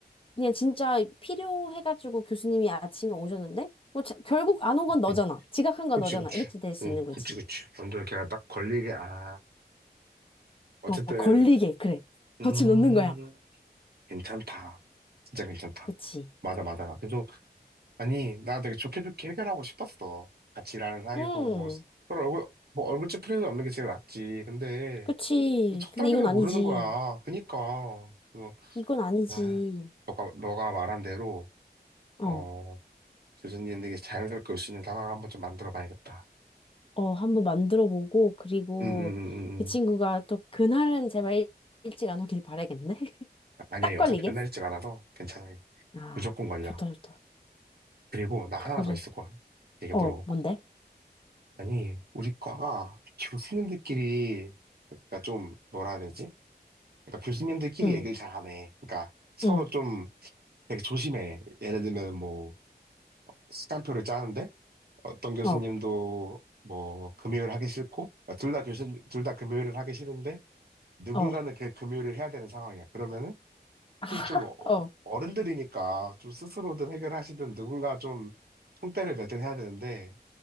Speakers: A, on the left; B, on the right.
A: 그냥 진짜 필요해가지고 교수님이 아침에 오셨는데 뭐 자- 결국 안 온
B: 그치,
A: 건 너잖아. 지각한 건
B: 그치.
A: 너잖아.
B: 그치.
A: 이렇게 될 수
B: 응,
A: 있는 거지.
B: 그치, 그치. 완전 걔가 딱 걸리게, 아. 어쨌든,
A: 어, 걸리게 그래.
B: 음,
A: 덫을 놓는 거야.
B: 괜찮다. 진짜 괜찮다.
A: 그치.
B: 맞아, 맞아. 그래서, 아니, 나 되게 좋게 좋게 해결하고 싶었어. 같이 일하는 사이고,
A: 음,
B: 뭐, 서로 얼굴, 뭐, 얼굴 찌푸리도 없는 게 제일 낫지. 근데,
A: 그치.
B: 또 적당히를
A: 근데 이건 아니지.
B: 모르는 거야. 그니까. 그래서,
A: 이건 아니지.
B: 아, 너가, 너가 말한 대로,
A: 어,
B: 어, 교수님에게 자연스럽게 올 수 있는 상황을 한번 좀 만들어 봐야겠다.
A: 어, 한번 만들어 보고, 그리고
B: 음, 음, 음,
A: 그 친구가
B: 음.
A: 또 그날은 제발 일- 찍 안 오길 바라겠네. <laughs>
B: 아니야,
A: 딱 걸리게.
B: 어차피 맨날 일찍 안 와서 괜찮아.
A: 아,
B: 무조건 걸려.
A: 좋다, 좋다.
B: 그리고 나 하나
A: 그래.
B: 더 있었거든. 얘기해보려고.
A: 어, 뭔데?
B: 아니, 우리 과가 교수님들끼리, 그러니까 좀, 뭐라 해야 되지? 그러니까 교수님들끼리
A: 응,
B: 얘기를 잘 안 해. 그러니까 서로
A: 응,
B: 좀 되게 조심해. 예를 들면 뭐, 시간표를 짜는데, 어떤 교수님도
A: 어,
B: 뭐, 금요일 하기 싫고, 그러니까 둘다 교수, 둘 다 금요일을 하기 싫은데, 누군가는
A: 어,
B: 그 금요일을 해야 되는 상황이야. 그러면은
A: 아,
B: 솔직히 좀 어-
A: <laughs> 어,
B: 어른들이니까 좀 스스로든 해결하시든 누군가 좀 총대를 매든 해야 되는데